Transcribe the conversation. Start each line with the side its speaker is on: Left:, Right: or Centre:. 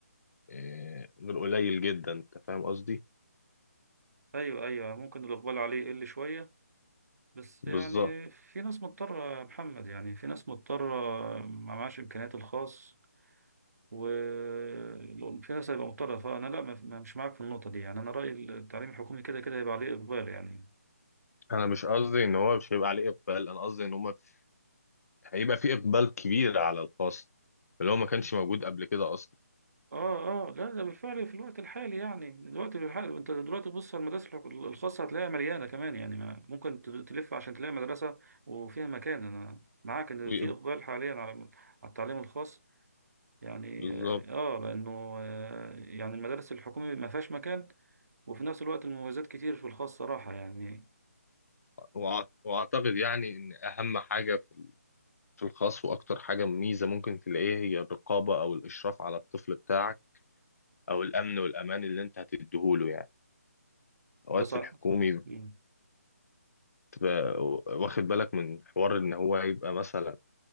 Left: آه، غير قليل جدا أنت فاهم قصدي؟
Right: أيوه أيوه ممكن الإقبال عليه يقل شوية بس
Left: بالظبط
Right: يعني في ناس مضطرة يا محمد يعني في ناس مضطرة ما معهاش إمكانيات الخاص والقياس هيبقى مضطرة فأنا لا ما- ما- مش معاك في النقطة دي يعني أنا رأيي التعليم الحكومي كده كده هيبقى عليه إقبال يعني
Left: أنا مش قصدي إن هو مش هيبقى عليه إقبال أنا قصدي إن هما في... هيبقى في إقبال كبير على الخاص اللي هو ما كانش موجود قبل كده أصلا
Right: آه آه لا ده بالفعل في الوقت الحالي يعني دلوقتي بالحالي أنت دلوقتي بص على المدارس الحك- الخاصة هتلاقيها مليانة كمان يعني ما ممكن ت- تلف عشان تلاقي مدرسة وفيها مكان أنا معاك إن
Left: ويق-
Right: في إقبال حاليا على على التعليم الخاص يعني
Left: بالظبط
Right: آه آه، لأنه آه، يعني المدارس الحكومية ما فيهاش مكان وفي نفس الوقت المميزات كتير في الخاص صراحة يعني
Left: وأع- وأعتقد يعني إن أهم حاجة في في الخاص وأكتر حاجة ميزة ممكن تلاقيها هي الرقابة أو الإشراف على الطفل بتاعك أو الأمن والأمان اللي أنت هتديهوله يعني. اوقات
Right: ده صح
Left: في الحكومي
Right: مم.
Left: تبقى واخد بالك من حوار ان هو يبقى مثلا